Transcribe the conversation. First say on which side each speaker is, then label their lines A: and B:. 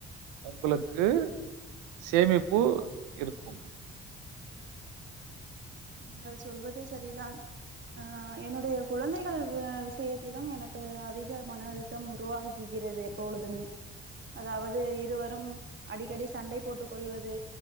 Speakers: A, on the right (about 75°); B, on the right (about 35°).
A: உங்களுக்கு சேமிப்பு இருக்கும்
B: நீங்கள் சொல்வது சரிதான் ஆ என்னுடைய குழந்தைகள் வ விஷயத்திலும் எனக்கு அதிக மன அழுத்தம் உருவாகுகிறது எப்பொழுதும் அதாவது இருவரும் அடிக்கடி சண்டை போட்டுக் கொள்வது